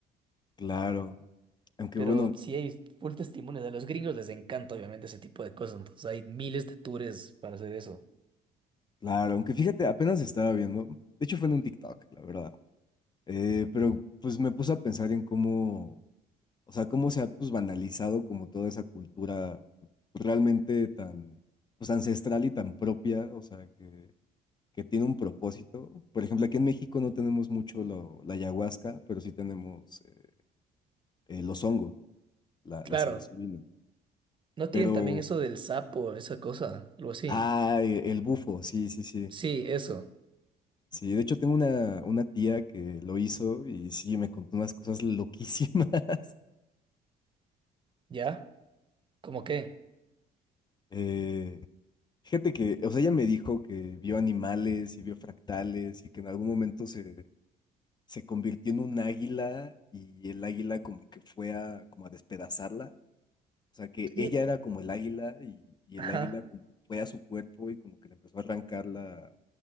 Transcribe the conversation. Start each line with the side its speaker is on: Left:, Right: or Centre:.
Left: Claro. Aunque
Right: Pero
Left: bueno,
Right: sí hay full testimonios, a los gringos les encanta obviamente ese tipo de cosas, entonces hay miles de tours para hacer eso.
Left: claro, aunque fíjate, apenas estaba viendo. De hecho, fue en un TikTok, la verdad. Eh, pero pues me puse a pensar en cómo, o sea, cómo se ha pues banalizado como toda esa cultura pues, realmente tan, pues ancestral y tan propia, o sea, que, que tiene un propósito. Por ejemplo, aquí en México no tenemos mucho lo- la ayahuasca, pero sí tenemos eh, eh, los hongos. la,
Right: Claro,
Left: la psilocibina.
Right: ¿no
Left: Pero,
Right: tienen también eso del sapo, esa cosa, algo así?
Left: ah, e- el bufo, sí, sí, sí.
Right: Sí, eso,
Left: Sí, de hecho tengo una, una tía que lo hizo y sí, me contó unas cosas loquísimas. <laughs>
Right: ¿ya? ¿Cómo qué?
Left: Eh, fíjate que, o sea, ella me dijo que vio animales y vio fractales y que en algún momento se, se convirtió en un águila y el águila como que fue a, como a despedazarla. O sea, que
Right: Sí,
Left: ella era como el águila y, y
Right: Ajá.
Left: el águila como que fue a su cuerpo y como que le empezó a arrancar la,